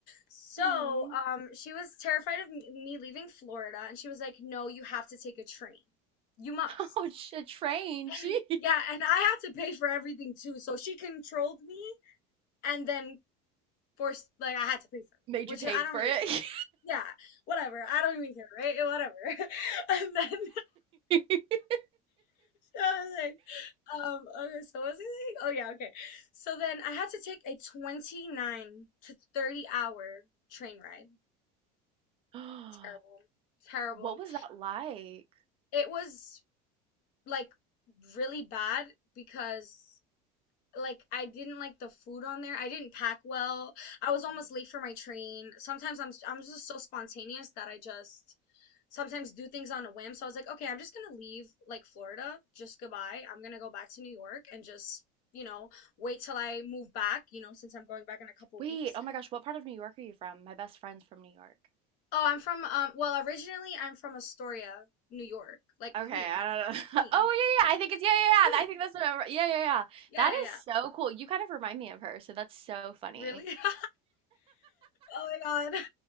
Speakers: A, on the left (about 50°); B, on the right (about 30°).
A: So,
B: Hmm.
A: um, she was terrified of me leaving Florida, and she was like, "No, you have to take a train. You must."
B: <laughs> Oh, sh- a train. Gee.
A: And yeah, and I had to pay for everything too. So she controlled me and then forced like I had to pay
B: <laughs>
A: for everything,
B: Made
A: which
B: you paid
A: I don't
B: for
A: really
B: it.
A: care. Yeah, whatever. I don't even care, right? Whatever. <laughs> And then <laughs>
B: <gasps> <laughs>
A: so I was like, Um, okay, so what was I saying? Oh yeah, okay. So then I had to take a 29 to 30 hour train ride.
B: <laughs>
A: Terrible. Terrible.
B: What was that like?
A: It was like really bad because like I didn't like the food on there. I didn't pack well. I was almost
B: Mm.
A: late for my train. Sometimes I'm I'm just so spontaneous that I just sometimes do things on a whim. So I was like, okay, I'm just gonna leave like Florida. Just goodbye. I'm gonna go back to New York and just, you know, wait till I move back, you know, since I'm going back in a couple
B: Wait,
A: weeks.
B: oh my gosh, what part of New York are you from? My best friend's from New York.
A: Oh, I'm from um well, originally I'm from Astoria, New York, like
B: Okay,
A: Queens.
B: I don't
A: Queens,
B: know. <laughs> Oh,
A: Queens,
B: yeah, yeah, yeah, I think it's yeah, yeah, yeah.
A: Queens.
B: I think that's what I yeah, yeah, yeah.
A: Yeah,
B: That
A: yeah, yeah.
B: is so cool. You kind of remind me of her, so that's so funny.
A: Really? <laughs> Oh my God. <laughs>